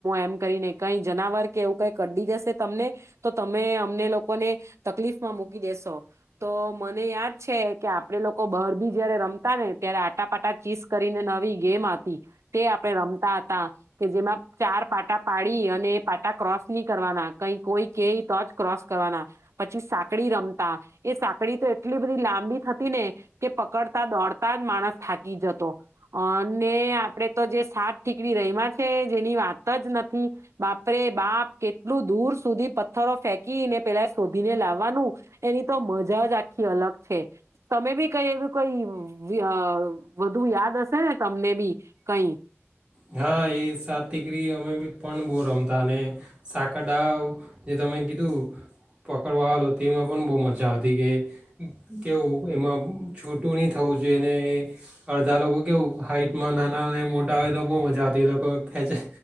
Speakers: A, on the right; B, on the right.
A: એમ કરીને કઈ જનાવર કે એવું કઈ કડી જશે તમને તો તમે અમને લોકોને તકલીફમાં મૂકી દેેશો તો મને યાદ છે કે આપડે લોકો બહાર ભી જયારે રમતા ને ત્યારે આટાપાટા ચીસ કરીને નવી ગેમ હતી તે આપડે રમતા હતા કે જેમાં ચાર પાટા પાડી અને એ પાટા ક્રોસ નહી કરવાના કઈ કોઈ કે તો જ ક્રોસ કરવાના પછી સાંકડી રમતા એ સાકડી તો એટલી બધી લાંબી થતી ને કે પકડતા દોડતા જ માણસ થાકી જતો અને આપડે તો જે સાત ઠીકડી રહીમાં છે જે ની વાત જ નથી બાપરે બાપ કેટલું દૂર સુધી ફેંકીને પેલા શોધીને લાવવાનું એની તો મજા જ આખી અલગ છે. તમે બી કઈ એવું કઈ અ વધુ યાદ હશે ને તમને બી કઈ?
B: હા એ સાત દીકરી અમે બી પણ બહુ રમતા ને સાકરડા જે તમે કીધું પકડવાવાલો તેમાં પણ બહુ મજા આવતી કે કેવું એમાં છૂટું નહીં થવું જોઈએને એ અડધા લોકો કેવું હાઈટમાં નાના મોટા હોય તો બહુ મજા આવતી એ લોકો ખેંચે.